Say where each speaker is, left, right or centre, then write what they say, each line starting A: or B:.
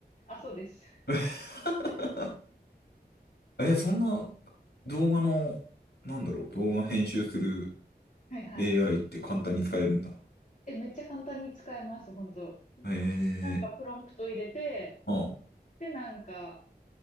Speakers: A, on the left; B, on the left.
A: あ、そうです。
B: <laughs>
A: <laughs>
B: え、そんな動画の、なんだろう、動画編集する
A: はいはい。
B: AI って簡単に使えるんだ。
A: え、めっちゃ簡単に使えます、本当。
B: ええ
A: なんかプロンプト入れて、
B: あ、
A: で、なんか、